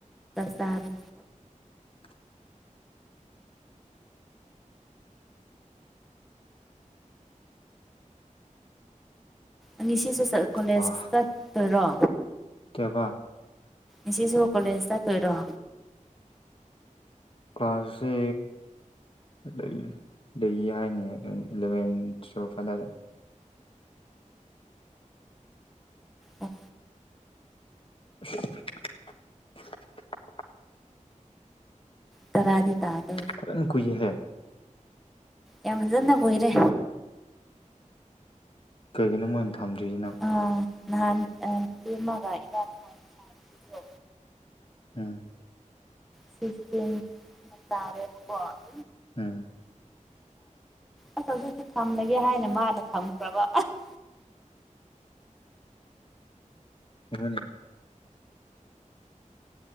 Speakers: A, in the centre; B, on the left.
A: ꯆꯔꯀꯥꯔ
B: <unintelligible>
A: ꯑꯅꯤꯁꯤꯁꯨ ꯀꯣꯂꯦꯖ
B: ꯋꯥ
A: ꯆꯠꯇꯔꯣ
B: ꯀꯌꯥꯕ
A: ꯏꯁꯤꯁꯨ ꯀꯣꯂꯦꯖꯇ ꯀꯔꯣ
B: ꯀ꯭ꯂꯥꯁꯦ ꯂꯩꯅꯤ ꯑꯗꯨꯒꯤ ꯍꯥꯏꯅꯦ ꯏꯂꯚꯦꯟ ꯐꯗꯔ
A: ꯎꯝ
B: <unintelligible>
A: ꯇꯔꯥꯗꯤ ꯇꯥꯕ
B: ꯆ ꯀꯨꯏ ꯍꯥꯏꯦ
A: ꯌꯥꯝ ꯐꯖꯅ ꯀꯏꯔꯦ
B: ꯀꯩꯒꯤꯅꯣ ꯃꯣꯏꯅ ꯊꯝꯗ꯭ꯔꯤꯁꯤꯅ
A: ꯑꯥ ꯅꯍꯥꯟ ꯇꯃꯒ ꯏ
B: ꯎꯝ
A: ꯁꯤꯁꯇ ꯆꯇꯥ
B: ꯎꯝ
A: ꯑꯁ ꯍꯧꯁꯨ ꯊꯝꯂꯒꯦ ꯍꯥꯏꯅ ꯃꯥꯅ ꯊꯝꯈ꯭ꯔꯕ ꯑꯁ
B: ꯍꯅꯤ